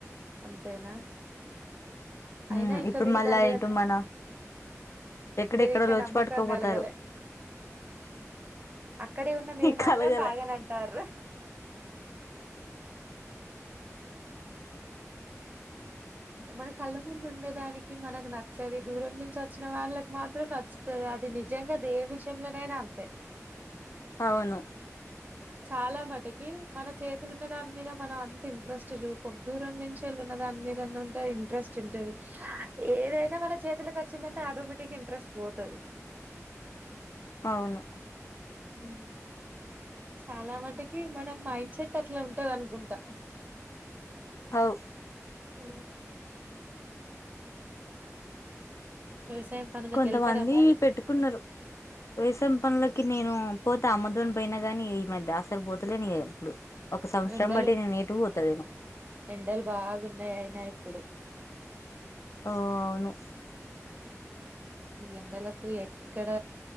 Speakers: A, on the right; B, on the left.
A: అంతేనా
B: ఉమ్,
A: అయినా ఇంకా
B: ఇప్పుడు
A: మీకు
B: మళ్ళా
A: దాని మీద
B: ఇటు మన ఎక్కడెక్కడో
A: ఇంకా
B: లోచి
A: నమ్మకం
B: పట్టుకోపోతారు
A: గాలగలే అక్కడే ఉన్న మీరు
B: కలగలే
A: మాత్రం తాగనంటాన్రు మన కళ్ళ ముందు ఉండేదానికి మనకు నచ్చది దూరం నుంచి వచ్చిన వాళ్ళకి మాత్రం నచ్చుతుంది అది నిజంగా దేని విషయంలోనైనా అంతే
B: అవును
A: చాలా మట్టుకి మన చేతులు ఉన్న దాని మీద మనం అంత ఇంట్రెస్ట్ చూపం దూరం నుంచి ఉన్న దానిమీద ఉంటే ఇంట్రెస్ట్ ఉంటది ఏదైనా మన చేతికి వచ్చిందంటే ఆటోమేటిక్ గా ఇంట్రెస్ట్ పోతది ది
B: <unintelligible> అవును
A: మ్మ్ చాలా మటుకి మనం మైండ్ సెట్ అట్లా ఉంటది అనుకుంటా
B: అవు
A: అ వ్యవసాయం పనులకు
B: కొంతమంది
A: వెళ్తారా మరి
B: పెట్టుకున్నారు వేసం పనులకి నేను పోతే అమ్మ తోనే పోయిన కాని మ అసలు పోతలే నీ ఇప్పుడు ఒక సంవత్సరం
A: ఎండలు
B: బట్టి నేను నేటు పోతాలేను
A: ఎండలు బాగున్నాయి అయినా ఇప్పుడు
B: ఓ అవును
A: ఈ ఎండలకు ఎక్కడ